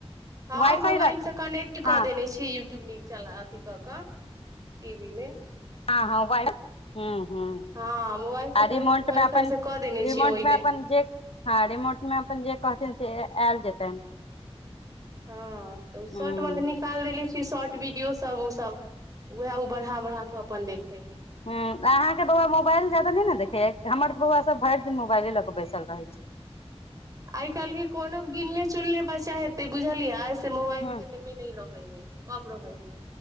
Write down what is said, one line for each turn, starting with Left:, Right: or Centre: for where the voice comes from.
Right: हाँ
Left: वाइ
Right: मोबाइल
Left: फाइ
Right: से कनेक्ट कऽ
Left: हँ
Right: देने छी यूट्यूब नीक चला अथी क कऽ टीवी मे
Left: हँ हँ वाय हुँ हुँ
Right: हँ मोबाइल से
Left: आ रिमोंट
Right: कनेक्ट वाई
Left: में अपन
Right: फाई से कऽ देने
Left: रिमोंट
Right: छियै ओहिमे
Left: में अपन जे हाँ रिमोट मे अपन जे कहथिन से आयल जेतन
Right: हँ तऽ शर्ट
Left: हूँ
Right: वला न निकाल देने छीये शॉर्ट वीडियो सब ओ सब उएह ओ बढ़ा बढ़ा क अपन देखे हइ
Left: ह अहाँके बौआ मोबाइल ज्यादा नहि ने देखेय हमर तऽ बौआ सब भर दिन मोबाइले लऽ के बैसल रहै छै
Right: आइ काल्हि के कोनो गिनने चुलने बच्चा हेतै बुझलियै से मोबाइल
Left: हूँ
Right: से ने नहि रहै है कम रहै है